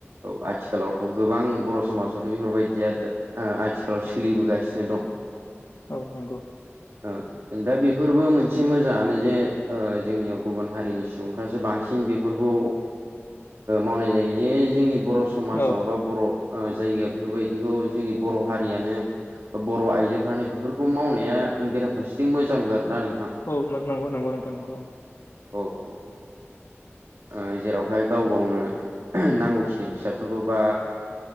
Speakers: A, on the right; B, on the left.
A: औ आथिखालावथ' गोबां बर' समाजावथ' बेफोरबायदिया दा आथिखालाव सोलिबोगासिनो दं
B: औ नोंगौ
A: ओ दा बेफोरबो मोनसे मोजाङानो जे ओ जोंनियाव गुबुन हारिनि सुबुंफ्रासो बांसिन बिफ फोरखौ मावनाय जायो जे जोंनि बर' समाजाव
B: औ
A: बा बर' ओ जायगायाव बेफोरबायदिखौ जोंनि बर' हारियानो बर' आइजोफ्रानो बेफोरखौ मावनाया बेराफारसेथिं मोजां आरोना नोंथां
B: औ नंगौ नंगौ नोंथां नंगौ औ
A: औ औ ओ जेरावहाय गाव गावनो <unintelligible> नांगौखिनि बेसादफोरखौ बा